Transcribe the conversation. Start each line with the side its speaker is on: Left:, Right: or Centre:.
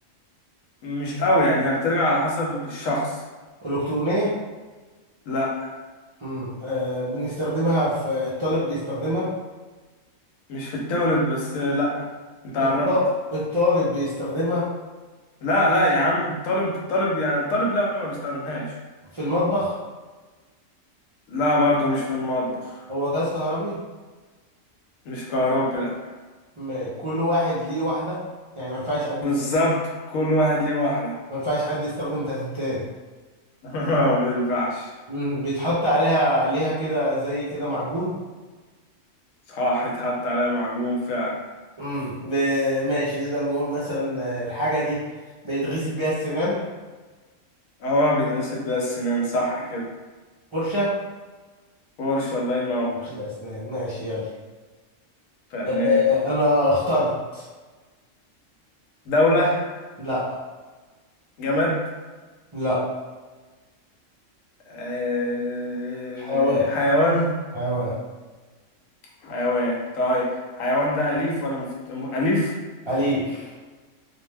Left: مش قوي يعني هي بترجع على حسب الشخص
Right: إلكترونية
Left: لا
Right: امم آه بنستخدمها في الطالب بيستخدمها
Left: مش في التولد بس لا انت قربت
Right: الط... الطالب بيستخدمها
Left: لا لا يا عم طالب طالب يعني طالب لا ما بيستخدمهاش
Right: في المطبخ
Left: لا برضه مش في المطبخ
Right: هو جهاز كهربي
Left: مش كهربي لا
Right: م- كل واحد ليه واحدة يعني ما ينفعش حد
Left: بالظبط
Right: يستخدم
Left: كل واحد ليه واحدة
Right: ما ينفعش حد يستخدم بتاعت التاني
Left: <laughs> ما بينفعش
Right: امم بيتحط عليها عليها كده زي كده معجون
Left: صح يتحط عليها معجون فعلا
Right: امم ب- ماشي نقدر نقول مثلا آه، الحاجة دي بيتغسل بيها السنان
Left: اه بيتغسل بيها السنان صح كده
Right: فرشة
Left: فرشة الله ينور
Right: مش ده أسنان ماشي يلا
Left: فنان
Right: آه، أنا اخترت
Left: دولة
Right: لا
Left: جماد
Right: لا
Left: آه،
Right: حيوان
Left: حيوان
Right: حيوان
Left: حيوان طيب حيوان ده أليف ولا مفت... م- أليف
Right: أليف